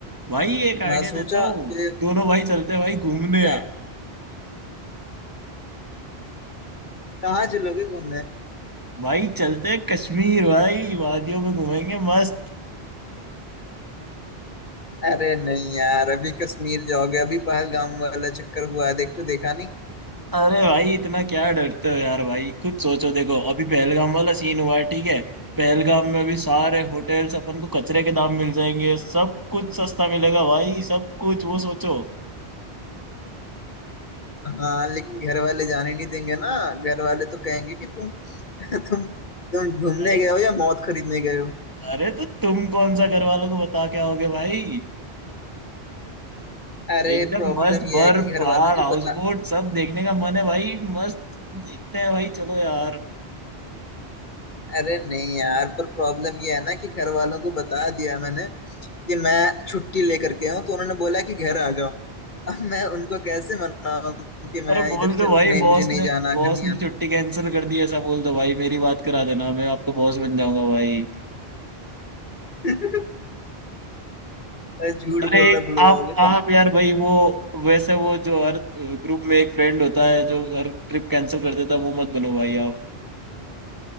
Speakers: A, on the right; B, on the left.
A: भाई एक आइडिया
B: मैं सोचा
A: देता हूँ
B: कि
A: दोनों भाई चलते हैं भाई घूमने
B: क्या कहाँ चलोगे घूमने
A: भाई चलते हैं कश्मीर भाई वादियों में घूमेंगे मस्त
B: अरे नहीं यार अभी कश्मीर जाओगे अभी पहलगाम वाला चक्कर हुआ है देख तो देखा नहीं
A: अरे भाई इतना क्या डरते हो यार भाई खुद सोचो देखो अभी पहलगाम वाला सीन हुआ है ठीक है पहलगाम में अभी सारे होटल्स अपन को कचरे के दाम मिल जाएंगे सब कुछ सस्ता मिलेगा भाई सब कुछ वो सोचो
B: हाँ लेकिन घर वाले जाने नहीं देंगे ना घर वाले तो कहेंगे कि तुम तुम तुम घूमने
A: अरे
B: गए हो या मौत खरीदने गए हो
A: अरे तो तुम कौन सा घर वालों को बता के आओगे भाई
B: अरे
A: एकदम
B: प्रॉब्लम
A: मस्त
B: ये
A: बर्फ
B: है कि घर
A: पहाड़
B: वालों
A: हाउस
B: को बता
A: बोट सब देखने का मन है भाई मस्त देखते हैं भाई चलो यार
B: अरे नहीं यार पर प्रॉब्लम ये है ना कि घर वालों को बता दिया मैंने कि मैं छुट्टी लेकर के हूँ तो उन्होंने बोला कि घर आ जाओ अब मैं उनको कैसे मनाऊं कि
A: अरे
B: मैं
A: बोल
B: इधर
A: दो
B: चल
A: भाई
B: नहीं
A: बॉस
B: मुझे नहीं
A: ने
B: जाना
A: बॉस
B: घर नहीं
A: ने
B: आना
A: छुट्टी कैंसिल कर दी है, ऐसा बोल दो भाई मेरी बात करा देना मैं आपका बॉस बन जाऊंगा भाई
B: <laughs> अरे, झूठ
A: अरे
B: बोलना
A: एक
B: बुलवाओगे
A: आप आप
B: तुम
A: यार भाई वो वैसे वो जो हर ग्रुप में एक फ्रेंड होता है जो हर ट्रिप कैंसिल कर देता है वो मत बनो भाई आप